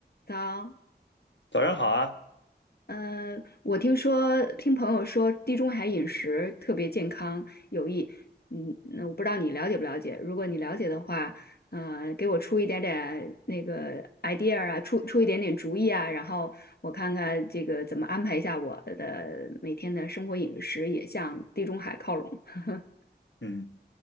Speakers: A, on the left; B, on the left.
A: 早，
B: 早上好啊，
A: 呃，我听说听朋友说地中海饮食特别健康有益，嗯，那我不知道你了解不了解？如果你了解的话，呃，给我出一点点那个 idea 啊，出出一点点主意啊，然后我看看这个怎么安排一下我的每天的生活饮食，也向地中海靠拢。<laughs>
B: 嗯，